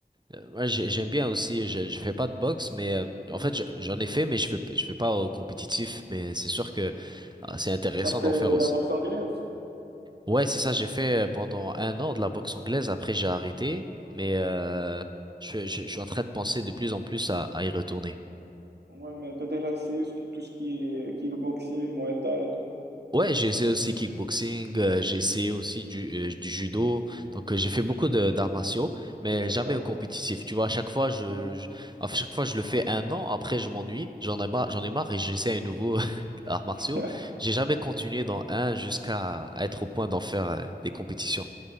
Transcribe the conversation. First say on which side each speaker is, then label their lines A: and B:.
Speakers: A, on the right; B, on the right.
A: euh, ouais, j'ai- j'aime bien aussi, je, je fais pas de boxe, mais euh, en fait, je- j'en ai fait, mais je fais, je fais pas au compétitif, mais c'est sûr que ah, c'est intéressant
B: T'as fait
A: d'en faire
B: de
A: aussi.
B: la boxe anglaise?
A: Ouais, c'est ça, j'ai fait euh, pendant un an de la boxe anglaise, après j'ai arrêté, mais euh,
B: Ouais.
A: je, je, je suis en train de penser de plus en plus à, à y retourner.
B: Ouais, mais t'as déjà essayé ce qui- tout ce qui est kickboxing, Muay Thai et tout?
A: Ouais, j'ai essayé aussi kickboxing, euh, j'ai essayé aussi du, euh, du judo. Donc euh, j'ai fait beaucoup de d'arts martiaux, mais
B: D'accord.
A: jamais au compétitif. Tu vois, à chaque fois je,
B: Ouais.
A: je- à chaque fois je le fais un an, après je m'ennuie, j'en ai marre, j'en ai marre et j'essaie un nouveau <laughs> arts martiaux.
B: <laughs>
A: J'ai jamais continué dans un jusqu'à à être au point d'en faire euh, des compétitions.